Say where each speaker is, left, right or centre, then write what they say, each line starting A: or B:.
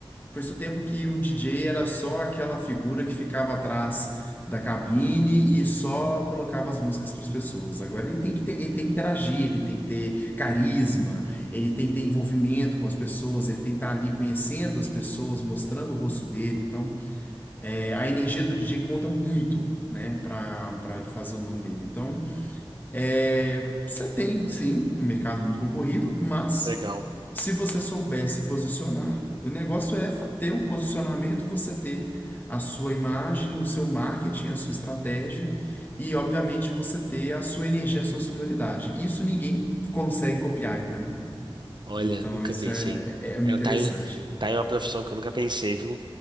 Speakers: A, on the left; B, on the right.
A: Foi esse o tempo que o DJ era só aquela figura que ficava atrás da cabine e só colocava as músicas para as pessoas. Agora ele tem que ter, ele tem que interagir, ele tem que ter carisma, ele tem que ter envolvimento com as pessoas, ele tem que estar ali conhecendo as pessoas, mostrando o rosto dele. Então, é, a energia do DJ conta muito, né, para para ele fazer o nome dele. Então, é, você tem, sim, um mercado muito concorrido, mas
B: Legal.
A: se você souber se posicionar, o negócio é fa- ter um posicionamento, você ter a sua imagem, o seu marketing, a sua estratégia e, obviamente, você ter a sua energia, a sua sonoridade. Isso ninguém consegue copiar, entendeu?
B: Olha,
A: Então,
B: nunca
A: isso
B: pensei.
A: é, é, é muito
B: É,
A: interessante.
B: tá aí, um, tá aí uma profissão que eu nunca pensei, viu?